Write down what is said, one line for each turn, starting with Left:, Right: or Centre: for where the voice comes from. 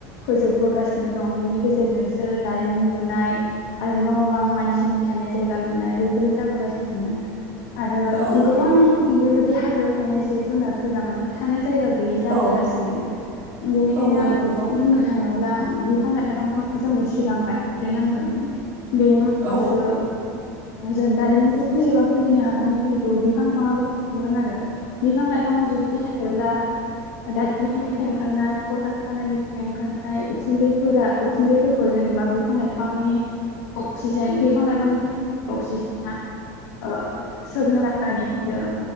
Left: फोजोबबोगासिनो दं बेनि गेजेरजोंसो दारिमिन लुनाय आरो न' बां मानसिनि थानाय जायगा लुनाय बेफोरो जाबोगासिनो ना आरो
Right: औ
Left: गोबां बेबायदि बे हाग्रायाव थानाय जिब जुनारफोरा माने थानो जायगा गैयै जाबोगासिनो।
Right: औ
Left: बेनिखायनो
Right: औ औ नंगौ
Left: बुंनो थाङोब्ला आं बिफां लाइफांखौ जोङो सिगां गायग्रोनांगोन। बेनि उनावसो
Right: औ
Left: जों दारिमिनखौ
Right: औ
Left: खुलियोबा खुलिनो हागोन खिन्थु बिफां लाइफांआबो थांगोन आरो बिफां लाइफाङा जुदि थायोब्ला दारिमिननिफ्राय ओंखारनाय कलकारखानानिफ्राय ओंखारनाय उखुन्दैफोरा उखुन्दैफोरखौ जों बा बिफां लाइफांनि अक्सिजेन बिफां लाइफांनिफ्राय अक्सिजेना ओ सोबननानै लायो